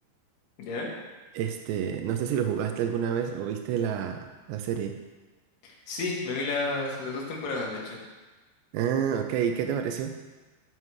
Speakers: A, on the left; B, on the right.
A: ¿ya?
B: Este, no sé si lo jugaste alguna vez o viste la, la serie.
A: Sí, me vi las, las dos temporadas, de hecho.
B: Ah, ok. ¿Y qué te pareció?